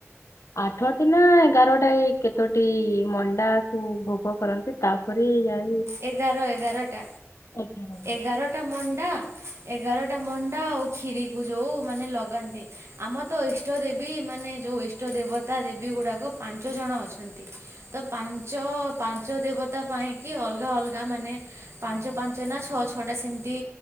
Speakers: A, on the left; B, on the right.
A: ଆଠଟି ନା ଏଗାରଟା କେତୋଟି ମଣ୍ଡା କୁ ଭୋଗ କରନ୍ତି ତାପରେ ଯାଏ।
B: ଏଗାର ଏଗାରଟା
A: ଏଗାର
B: ଏଗାରଟା ମଣ୍ଡା। ଏଗାରଟା ମଣ୍ଡା ଆଉ ଖିରି କୁ ଯୋଉ ମାନେ ଲଗାନ୍ତି। ଆମ ତ ଇଷ୍ଟ ଦେବୀ ମାନେ ଯୋଉ ଇଷ୍ଟ ଦେବତା ଦେବୀ ଗୁଡ଼ାକ ପାଞ୍ଚ ଜଣ ଅଛନ୍ତି। ତ ପାଞ୍ଚ ପାଞ୍ଚ ଦେବତା ପାଇଁକି ଅଲଗା ଅଲଗା ମାନେ। ପାଞ୍ଚ ପାଞ୍ଚ ନା ଛଅ ଛଅଟା ସେମତି